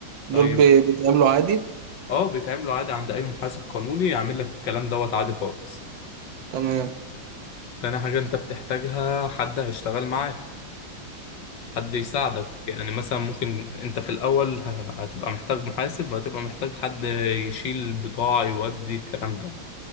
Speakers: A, on the right; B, on the left.
A: دول
B: طيب
A: ب- بيتعاملوا عادي
B: اه بيتعملوا عادي عند اي محاسب قانوني يعمل لك الكلام دوت عادي خالص
A: تمام
B: تاني حاجة انت بتحتاجها حد هيشتغل معاك حد يساعدك يعني مثلا ممكن انت في الاول ه- هتبقى محتاج محاسب وهتبقى محتاج حد يشيل البضاعة يودي الكلام ده